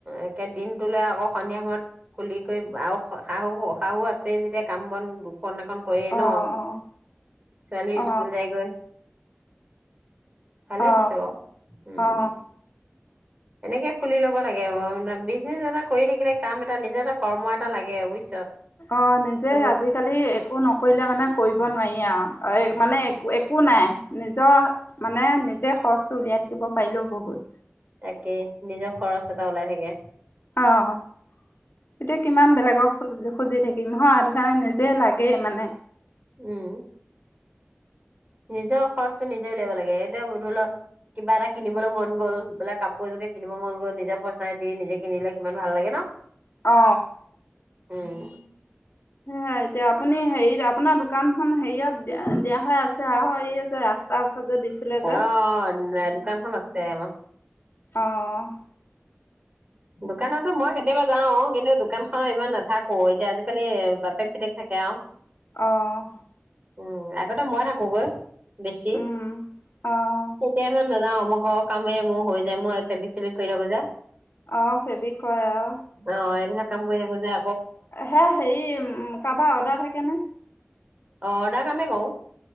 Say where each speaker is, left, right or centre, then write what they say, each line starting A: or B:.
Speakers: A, on the right; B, on the left.
A: একে দিন তোলে আকৌ সন্ধিয়া সময়ত খুলি কৰি আও শাহু শহু আছে। আছে যেতিয়া কাম বন দুখন এখন কৰি ন
B: অ অ
A: ছোৱালীও
B: অ
A: স্কুল যাইগৈ। ভালেই
B: অ
A: হৈছে বাৰু উম।
B: অ
A: এনেকে খুলি ল'ব লাগে ৱ বিজনেছ এটা কৰি থাকিলে কাম এটা নিজৰ এটা কৰ্ম এটা লাগে বুজিছ।
B: অ নিজে
A: চবক
B: আজিকালি একো নকৰিলে মানে কৰিব। নোৱাৰি আও। আএ মানে একো নাই। নিজৰ মানে নিজে খৰচটো উলিয়াই থাকিব পাৰিলেও বহুত।
A: তাকেই নিজৰ খৰচ এটা ওলাই থাকে।
B: অঁ। এতিয়া কিমান বেলেগক খোযো। খুজি থাকিম নহয়। সেকানেই নিজে লাগে মানে।
A: উম নিজৰ খৰচটো নিজে উলিয়াব লাগে এতিয়া ধৰি লও কিবা এটা কিনিবলৈ মন গল বোলে কাপোৰ এযোকে কিনিব মন গ'ল নিজৰ পইচাই দি নিজে কিনিলে কিমান ভাল লাগে ন ।
B: অ
A: উম।
B: সেইয়া এতিয়া আপুনি হেৰিট আপোনাৰ। কাম। খন হেৰিয়ত দিয়া হৈ আছে আও এইয়ে যে ৰাস্তা ওচৰত যে দিছিলে যে।
A: অ দোকানখন আছে আমাৰ
B: অহ ।
A: দোকানতো মই কেতিয়াবা যাও কিন্তু দোকান খনৰ ইমান নাথাকো এতিয়া আজিকালি বাপেক পিতেক থাকে আওঁ ।
B: অ ।
A: উম আগতে মই থাকোগৈ। বেছি
B: উম, অ'।
A: এতিয়া মই নেযাওঁ। মোৰ ঘৰৰ কামেৰে মোৰ হৈ যায় মই ফেব্ৰিক চেব্ৰিক কৰি থাকো যে।
B: আহ ফেবি কয় আও।
A: অ এইবিলাক কাম কৰি যাব যা
B: হে হেৰি কাবাৰ অৰ্ডাৰ থাকেনে?
A: অ অৰ্ডাৰ আমিও কও।